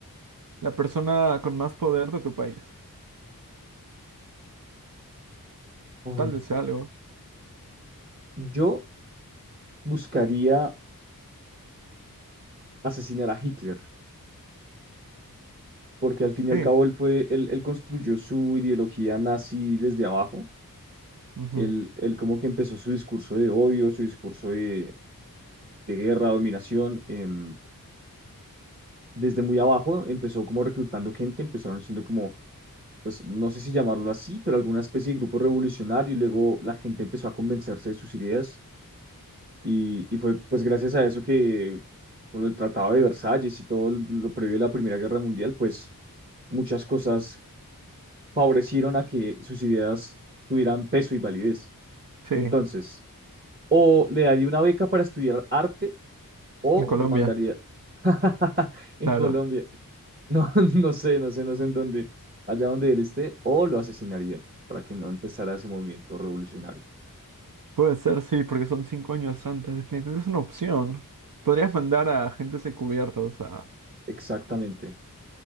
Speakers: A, on the right; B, on the right.
A: la persona con más poder de tu país.
B: Mm.
A: Tal vez sea algo.
B: Yo buscaría asesinar a Hitler. porque al fin y
A: Sí.
B: al cabo él fue, él, él construyó su ideología nazi desde abajo.
A: Ujú.
B: Él, él como que empezó su discurso de odio, su discurso de, de guerra, dominación, em, desde muy abajo, empezó como reclutando gente, empezaron siendo como, pues no sé si llamarlo así, pero alguna especie de grupo revolucionario y luego la gente empezó a convencerse de sus ideas y, y fue pues gracias a eso que con el Tratado de Versalles y todo lo previo a la Primera Guerra Mundial, pues muchas cosas favorecieron a que sus ideas tuvieran peso y validez.
A: Sí,
B: Entonces, o le daría una beca para estudiar arte o
A: en Colombia,
B: lo mandaría <laughs> en
A: claro.
B: Colombia. No, <laughs> no sé, no sé, no sé en dónde, allá donde él esté, o lo asesinaría para que no empezara ese movimiento revolucionario.
A: Puede ser, sí, porque son cinco años antes. Definitivamente es una opción. Podrías mandar a agentes encubiertos a...
B: Exactamente,